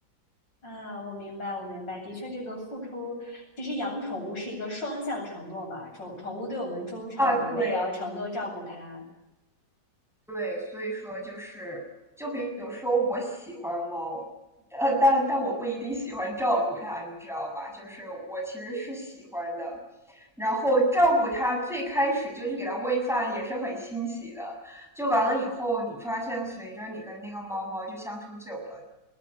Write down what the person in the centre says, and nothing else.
啊，
对，对，所以说就是，就比如说我喜欢猫，呃，但但我不一定喜欢照顾它，你知道吧？就是我其实是喜欢的，然后照顾它，最开始就去给它喂饭也是很欣喜的，就完了以后，你发现随着你跟那个猫猫就相处久了。